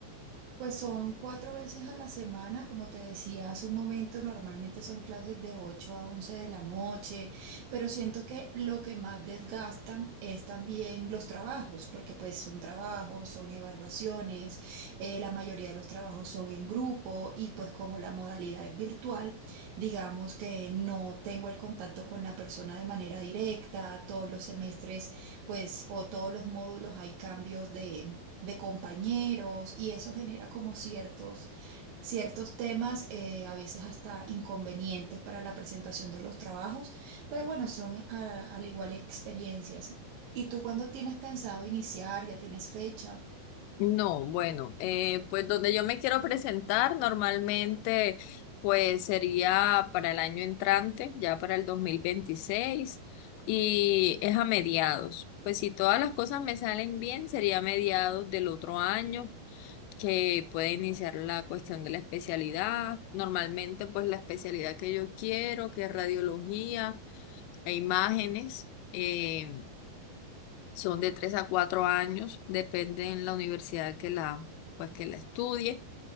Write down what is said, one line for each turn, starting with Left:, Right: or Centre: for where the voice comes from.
Right: Pues son cuatro veces a la semana, como te decía hace un momento, normalmente son clases de 8 a 11 de la noche, pero siento que lo que más desgastan es también los trabajos, porque pues son trabajos, son evaluaciones, eh, la mayoría de los trabajos son en grupo y pues como la modalidad es virtual, digamos que no tengo el contacto con la persona de manera directa, todos los semestres pues o todos los módulos hay cambios de de compañeros y eso genera como ciertos, ciertos temas, eh, a veces hasta inconvenientes para la presentación de los trabajos, pero bueno, son a- al igual experiencias. ¿Y tú cuándo tienes pensado iniciar? ¿Ya tienes fecha?
Left: No, bueno, eh, pues donde yo me quiero presentar normalmente, pues sería para el año entrante, ya para el 2026 y es a mediados. Pues si todas las cosas me salen bien, sería a mediados del otro año que puede iniciar la cuestión de la especialidad. Normalmente, pues la especialidad que yo quiero, que es radiología e imágenes. eh, son de tres a cuatro años, depende en la universidad que la, pues que la estudie.